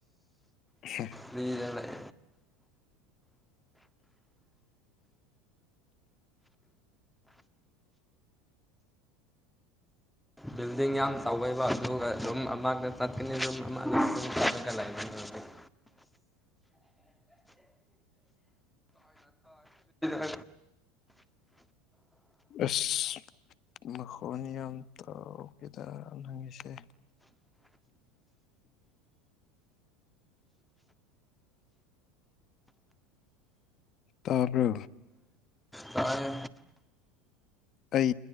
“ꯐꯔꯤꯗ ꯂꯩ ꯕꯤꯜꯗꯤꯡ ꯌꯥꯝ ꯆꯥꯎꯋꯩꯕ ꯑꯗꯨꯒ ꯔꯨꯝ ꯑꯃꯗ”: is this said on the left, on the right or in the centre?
Centre